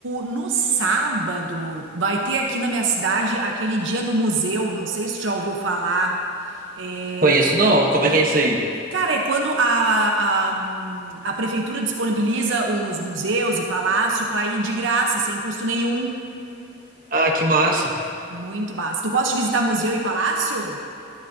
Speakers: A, on the right (about 75°); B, on the right (about 45°).
A: no sábado vai ter aqui na minha cidade aquele dia no museu, não sei se tu já ouviu falar. É,
B: Conheço não? Como é que é isso aí?
A: Cara, é quando a, a, a prefeitura disponibiliza os museus e palácio para ir de graça, sem custo nenhum.
B: Ah, que massa.
A: Muito massa. Tu gosta de visitar museu e palácio?